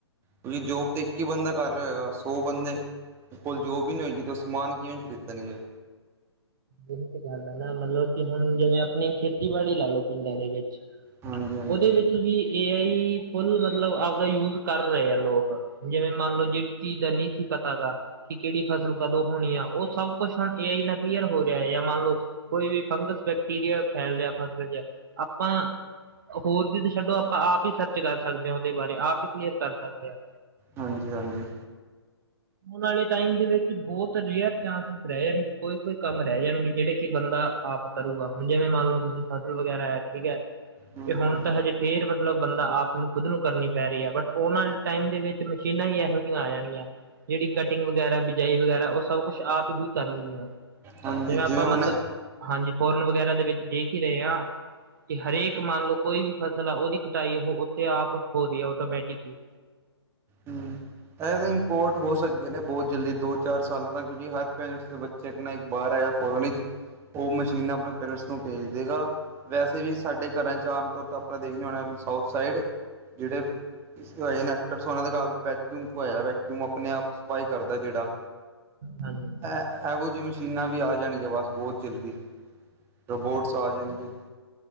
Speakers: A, on the right; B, on the right.
A: ਕਿਉਂਕਿ ਜੋਬ ਤੇ ਇੱਕ ਹੀ ਬੰਦਾ ਕਰ ਰਿਹਾ ਹੋਏਗਾ। ਸੌ ਬੰਦੇ ਕੋਲ ਜੋਬ ਵੀ ਨਹੀਂ ਹੋਏਗੀ ਤੇ ਉਹ ਸਮਾਨ ਕਿਵੇਂ ਖਰੀਦਣਗੇ।
B: ਇਹੀ ਤੇ ਗੱਲ ਹੈ ਨਾ ਮਤਲਬ ਕਿ ਹੁਣ ਜਿਵੇਂ ਆਪਣੀ ਖੇਤੀਬਾੜੀ ਲਾ ਲੋ ਪਿੰਡਾਂ ਦੇ ਵਿੱਚ।
A: ਹਾਂਜੀ ਹਾਂਜੀ
B: ਉਹਦੇ ਵਿੱਚ ਵੀ ਏ ਆਈ ਫੁੱਲ ਮਤਲਬ ਆਪਦਾ ਯੂਜ ਕਰ ਰਹੇ ਆ ਲੋਕ। ਜਿਵੇਂ ਮੰਨ ਲਓ ਜੀਤੀ ਦਾ <inaudible> ਨਹੀਂ ਸੀ ਪਤਾ ਦਾ। ਕਿ ਕਿਹੜੀ ਫਸਲ ਕਦੋਂ ਹੋਣੀ ਆ ਉਹ ਸਭ ਕੁਛ ਹੁਣ ਏ ਆਈ ਨਾਲ। ਕਲੀਅਰ ਹੋ ਰਿਹਾ ਹੈ ਜਾਂ ਮੰਨ ਲਓ ਕੋਈ ਵੀ ਫੰਗਸ ਬੈਕਟੀਰੀਆ ਫੈਲ ਰਿਹਾ ਫਸਲ ਚ। ਆਪਾਂ। ਹੋਰ ਵੀ ਤੇ ਛੱਡੋ ਆਪਾਂ ਆਪ ਹੀ ਸਰਚ ਕਰ ਸਕਦੇ ਹਾਂ ਉਹਦੇ ਬਾਰੇ ਆਪ ਹੀ ਕਲੀਅਰ ਕਰ ਸਕਦੇ ਹਾਂ।
A: ਹਾਂਜੀ ਹਾਂਜੀ।
B: ਆਉਣ ਵਾਲੇ ਟਾਈਮ ਦੇ ਵਿੱਚ ਬਹੁਤ ਰੇਅਰ ਚਾਂਸਿਸ ਰਹਿ ਜਾਣਗੇ ਕੋਈ ਕੋਈ ਕੰਮ ਰਹਿ ਜਾਣਗੇ ਜਿਹੜੇ ਕਿ ਬੰਦਾ। ਆਪ ਕਰੂਗਾ ਹੁਣ ਜਿਵੇਂ ਮੰਨ ਲਓ ਤੁਸੀਂ ਫਸਲ ਵਗੈਰਾ ਹੈ ਠੀਕ ਹੈ
A: ਹੂੰ
B: ਇਹ
A: ਹੂੰ
B: ਹੁਣ ਤਾਂ ਹਜੇ ਫੇਰ ਮਤਲਬ। ਬੰਦਾ ਆਪ ਨੂੰ ਖੁਦ ਨੂੰ ਕਰਨੀ ਪੈ ਰਹੀ ਹੈ ਬਟ ਆਉਣ ਵਾਲੇ ਟਾਈਮ ਦੇ ਵਿੱਚ ਮਸ਼ੀਨਾਂ ਹੀ ਇਹੋ ਜਿਹੀਆਂ ਆ ਜਾਣਗੀਆਂ। ਜਿਹੜੀ ਕਟਿੰਗ ਵਗੈਰਾ ਬਿਜਾਈ ਵਗੈਰਾ। ਹਾ ਉਹ ਸਭ ਕੁਛ ਆਪ ਹੀ ਕਰਨਗੀਆਂ। ਜਿਵੇਂ
A: ਹਾਂਜੀ ਜਿਵੇਂ
B: ਆਪਾਂ
A: ਹੁਣ
B: ਮਤਲਬ ਹਾਂਜੀ, ਫੋਰਨ ਵਗੈਰਾ ਦੇ ਵਿੱਚ ਦੇਖ ਹੀ ਰਹੇ ਹਾਂ। ਕਿ ਹਰੇਕ ਮੰਨ ਲਓ ਕੋਈ ਵੀ ਫਸਲ ਆ ਉਹਦੀ ਕਟਾਈ ਉਹ ਉੱਥੇ ਆਪ ਹੋ ਰਹੀ ਹੈ ਆਟੋਮੈਟਿਕਲੀ।
A: ਇਹ ਤਾਂ ਇੰਪੋਰਟ ਹੋ ਸਕਦੇ ਨੇ ਬਹੁਤ ਜਲਦੀ ਦੋ ਚਾਰ ਸਾਲਾਂ ਦਾ ਕਿਉਂਕਿ ਹਰ ਪੇਰੈਂਟਸ ਦੇ ਬੱਚੇ। ਚੈੱਕਣਾ ਇੱਕ ਬਾਹਰ ਹੈਗਾ ਫੋਰਨ, ਵਿੱਚ ਉਹ ਮਸ਼ੀਨਾਂ ਆਪਣੇ ਪੇਰੈਂਟਸ ਨੂੰ ਭੇਜ ਦੇਗਾ। ਵੈਸੇ ਵੀ ਸਾਡੇ ਘਰਾਂ ਚ' ਆਮ ਤੌਰ ਤੇ ਆਪਣਾ ਦੇਖਦੇ ਹੋਣਾ ਸਾਊਥ ਸਾਈਡ। ਜਿਹੜੇ ਏਨ <inaudible> ਐਕਟਰ ਸੋ ਉਹਨਾਂ ਦੇ ਘਰ ਵੈਕਿਊਮ ਹੋਇਆ ਆਪਣੇ ਆਪ ਸਫਾਈ ਕਰਦਾ ਜਿਹੜਾ।
B: ਹਾਂਜੀ।
A: ਐ ਇਹੋ ਜਿਹੀ ਮਸ਼ੀਨਾਂ ਵੀ ਆ ਜਾਣਗੀਆਂ। ਬਸ ਬਹੁਤ ਜਲਦੀ ਰੋਬੋਟਸ ਆ ਜਾਣਗੀਆਂ।